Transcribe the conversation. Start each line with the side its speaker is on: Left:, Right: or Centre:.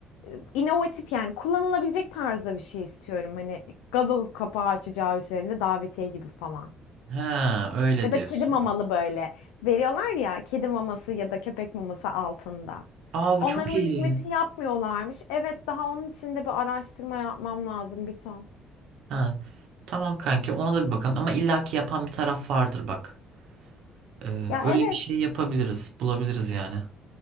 Left: e, inovatif yani kullanılabilecek tarzda bir şey istiyorum. Hani gazoz kapağı açacağı üzerinde davetiye gibi falan.
Right: Ha, öyle
Left: Ya
Right: diyorsun.
Left: da kedi mamalı böyle veriyorlar ya kedi maması ya da köpek maması altında.
Right: Aa bu
Left: Onlar
Right: çok
Left: o
Right: iyi.
Left: hizmeti yapmıyorlarmış. Evet daha onun için de bir araştırma yapmam lazım bir ton.
Right: Ha. Tamam kanki ona da bir bakalım ama illaki yapan bir taraf vardır bak. Ee,
Left: Ya
Right: öyle
Left: evet
Right: bir şey yapabiliriz, bulabiliriz yani.